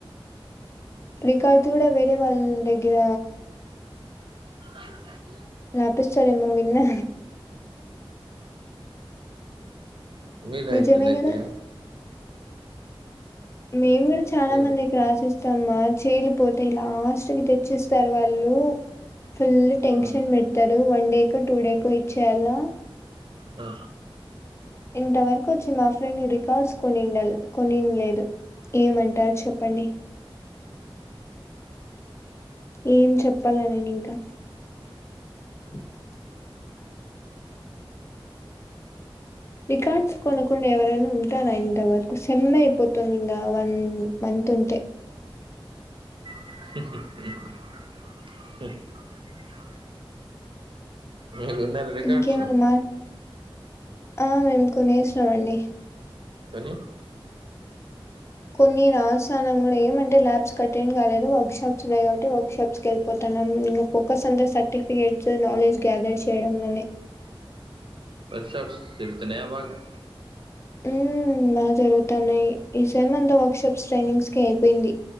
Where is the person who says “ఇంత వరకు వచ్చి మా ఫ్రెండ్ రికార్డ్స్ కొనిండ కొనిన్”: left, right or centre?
Left